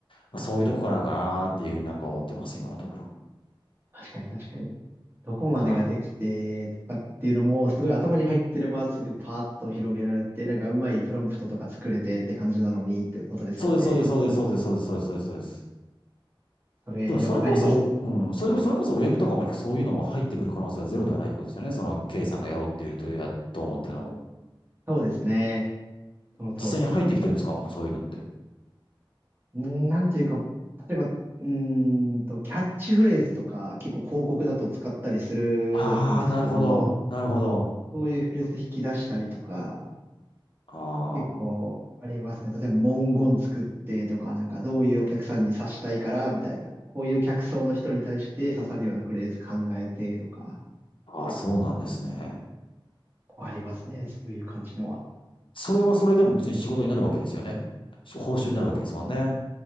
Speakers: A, on the left; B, on the right.
A: まあ、そういうとこかなかなっていうふうになんか思ってます、今のところ。
B: 確かに確かに。どこまでができてとかっていうのも、
A: はい。
B: すごい頭に入ってればすぐパーッと広げられて、なんかうまいプロンプトとか作れてって感じなのにっていうことですよね。
A: そうです、そうです、そうです、そうです、そうです、そうです、そうです。そうです
B: それ、
A: でもそれこそ、
B: わかります。
A: うん、それ、それこそウェブとかもそういうのも入ってくる可能性はゼロではないってことですよね。その K さんがやろうっていうと、や、と思ってるのも。
B: そうですね。その通りですね。
A: 実際に入ってきてるんですかもうそういうのって。
B: な、んなんていうか、例えば、うーんと、キャッチフレーズとか、結構広告だと使ったりするんですけど、
A: ああ、なるほど、なるほど。
B: そういうフレーズ引き出したりとか、
A: あ
B: 結構ありますね。例えば文言作ってとか、なんかどういうお客さんに刺したいからみたいな、こういう客層の人に対して刺さるようなフレーズ考えてとか、
A: あ、あ、そうなんですね。
B: ありますね。そういう感じのは。
A: それはそれでも別に仕事になるわけですよね。報酬になるわけですもんね。